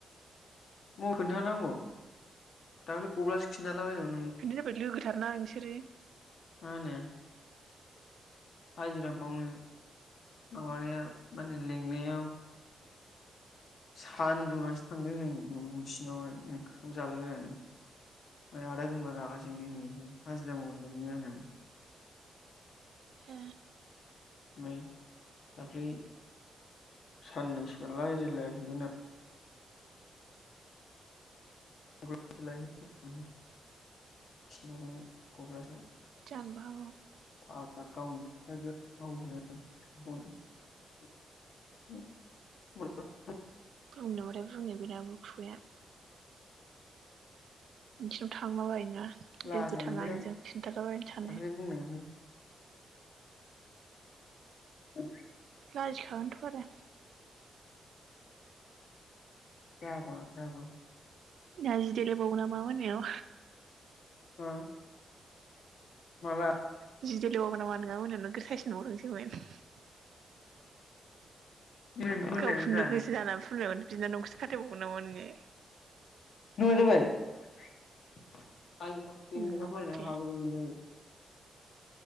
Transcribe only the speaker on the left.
म खोन्थानांगौ दाखालि गब्लासो खिन्थाला बायदोंमोनो
मा होनो हाजिरा मावनो माबानाया माने लिंनायाव सानजौनासो थांदों नो न' बिसिनावहाय ओंखाम जालायलायनानै ओमफ्राय आदा गोमबोरा रागा <inaudible> हाजिरा मावनो <inaudible>
ओमफ्राय दाख्लै साननैसो रायजायलायाखैमोन नो <inaudible>
<inaudible> औ <inaudible>
लाजिनाय
मोनदोंदां
दाखालि बुंनायावनो <inaudible>
<inaudible>
मा माला
मिनिनोसो मोनलायबायब्रा
नङा
<unintelligible> आं <unintelligible>